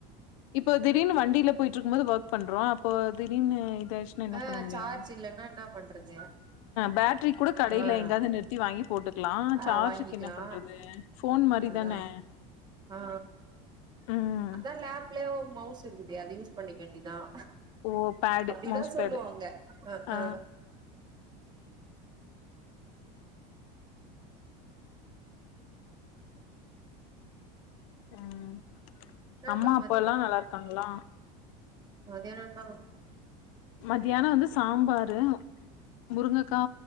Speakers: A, on the left; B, on the right.
A: இப்போ திடீர்னு வண்டியில போயிட்டு இருக்கும்போது ஒர்க் பண்றோம் அப்போ திடீனு இதச்சுன என்ன
B: ஆ
A: பண்ண முடியும்
B: சார்ஜ் இல்லன்னா என்ன பண்றது
A: பேடரி கூட கடல
B: ஆ
A: எங்க சுத்தி வாங்கி போட்டுக்கலாம்
B: ஆ
A: சார்ஜுக்கு
B: வாங்கிக்கலா
A: என்ன பண்றது ஃபோன் மாதிரி
B: அதா
A: தானே
B: ஆ
A: ம்
B: அதான் லேப்லயே மவுஸ் இருக்குது அது யூஸ் பண்ணிக்க வேண்டிதான்
A: ஓ பேடு
B: அப்டி
A: மவுஸ்
B: தான் சொல்லுவாங்க
A: பேடு
B: அஹ
A: ஆ
B: அஹ
A: ம்
B: என்னாக்கா
A: அம்மா அப்பா எல்லாம் நல்லா இருக்காங்களா
B: மதியானம் தா
A: மத்தியானம் வந்து சாம்பாரு முருங்கக்கா